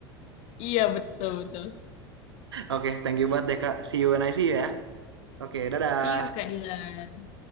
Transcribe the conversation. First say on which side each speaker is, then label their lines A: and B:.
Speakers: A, on the left (about 55°); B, on the right (about 85°).
A: Iya, betul, betul.
B: Oke, thank you buat deh Kak. See you when I see you ya. Oke, dadah.
A: See you, Kak Dilan.